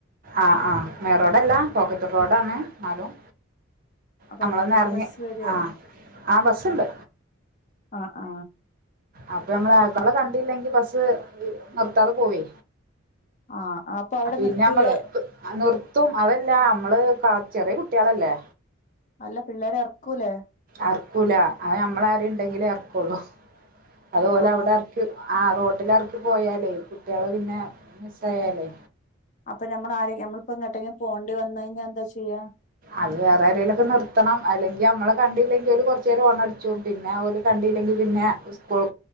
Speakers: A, on the right; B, on the left.
A: ആഹ് ആമെയിൻ റോഡല്ല പോക്കറ്റ് റോഡ ആാണ് ന്നാലും
B: അപ്പൊ
A: നമ്മളൊന്നറിഞ്
B: അങ്ങോട്ടേക്ക് ബസ് വരുവോ
A: ആഹ് ആഹ് ബസ്സുണ്ട്
B: ആ ആ
A: അപ്പൊ നമ്മൾ അക്കാള കണ്ടല്ലെങ്കി ബസ് നിർത്താതെ പോവേ
B: ആ അപ്പൊ അവിടെ
A: പിന്നെ
B: നിർത്തൂലേ
A: നമ്മള് നിർത്തും അത അല്ല നമ്മള് കാ ചെറിയ കുട്ടികളല്ലേ
B: അല്ല പിള്ളേരെ ഇറക്കൂല്ല
A: ആർക്കൂല അത് നമ്മള ആര ഉണ്ടെങ്കിലേ ഇറക്കുള്ളൂ അതുപോലെ
B: ആണോ
A: അവിടെ എർക്ക് ആഹ് റോട്ടിൽ ഇറക്കി പോയാലേ കുട്ടികള് പിന്നെ മിസ്സയാലേ
B: അപ്പൊ നമ്മൾ ആര നമ്മളിപ്പോങ്ങട്ടും പോകണ്ടി വന്ന കഴിഞ്ഞാ എന്താ ചെയ്യാ
A: അത് വേറെരയിലൊക്കെ നിർത്തണം അല്ലെങ്കിമ്മള് കണ്ടില്ലെങ്കിൽ കൊറച്ച നേര് ഓണ അടിച്ചും പിന്നെ കണ്ട ല്ലെങ്കിൽ പിന്നെകൂൾ